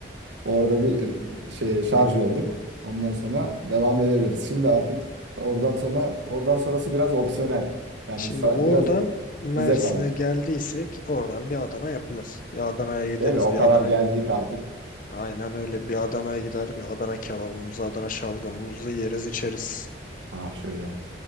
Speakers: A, on the right; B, on the left.
A: orada bir şey şarj olduk. Ondan sonra devam edebiliriz. Şimdi artık oradan sonra oradan sonrası biraz opsiyonel. Yani
B: Şimdi
A: sa-
B: oradan
A: biraz
B: Mersin'e
A: bize kalmış.
B: geldiysek oradan bir Adana yapılır. Bir Adana'ya gideriz.
A: Değil mi? O
B: Bir
A: kadar
B: Adana
A: geldik artık.
B: Aynen öyle. Bir Adana'ya gider, bir Adana kebabımızı, Adana şalgamımızı yeriz, içeriz.
A: Ha şöyle.